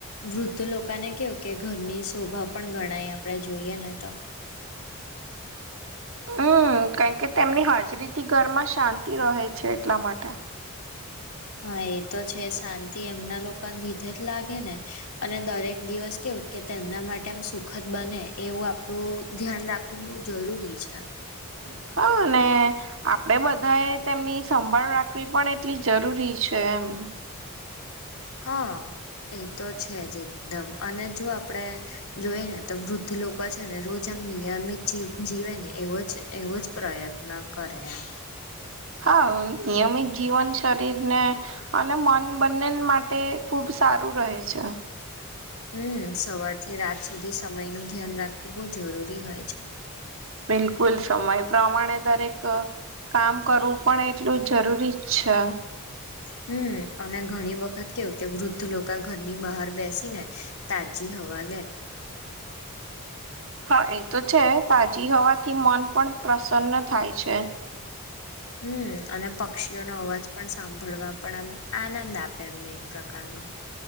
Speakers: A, on the left; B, on the right.
A: વૃદ્ધ લોકોને કેવું કે ઘરની શોભા પણ ગણાય આપણેે જોઈએ ને તો
B: હમ હમ કારણ કે તેમની હાજરીથી ઘરમાં શાંતિ રહે છે એટલા માટે
A: હા એ તો છે શાંતિ એમના લોકોને લીધે જ લાગે ને અને દરેક દિવસ કે કે તેમના માટે આમ સુખદ બને એવું આપડું ધ્યાન રાખવું બહ જરૂરી છે
B: હમ હા અને આપણેે બધાએ તેમની સંભાળ રાખવી પણ એટલી જરૂરી છે એમ હમ
A: હા એ તો છે જ એકદમ અને જો આપડે જોઈ ને તો વૃદ્ધ લોકો છે ને રોજ નિયમિત જીવન જીવે ને એવો એવો જ પ્રયત્ન કરે એમ
B: હા નિયમિત જીવન શરીરને અને મન બંને માટે ખુબ ખૂબ સારું રહેે છે
A: હમ સવારથી રાત સુધી સમય નું ધ્યાન રાખવું બહુ જરૂરી હોય છે
B: બિલકુલ સમય પ્રમાણે દરેક કામ કરવું પણ એટલું જરૂરી જ છે
A: હમ અને ઘણી વખત કેવું કે વૃદ્ધ લોકો કકા ઘરની બહાર બેસી ને તાજી હવા લે
B: હા એ તો છે તાજી હવાથી મન પણ પ્રસન્ન થાય છે
A: હમ અને પક્ષીઓનો અવાજ પણ સાંભળવા પણ આમ આનંદ આપે એમને પ્રકારનો